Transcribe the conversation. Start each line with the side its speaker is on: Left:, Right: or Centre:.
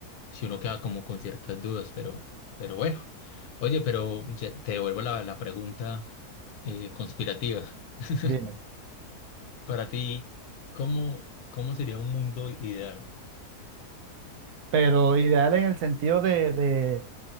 Left: si uno queda como con ciertas dudas, pero, pero bueno. Oye, pero ya- te devuelvo la, la pregunta eh, conspirativa. <laughs>
Right: Dime.
Left: Para ti, ¿cómo, cómo sería un mundo ideal?
Right: Pero ideal en el sentido de, de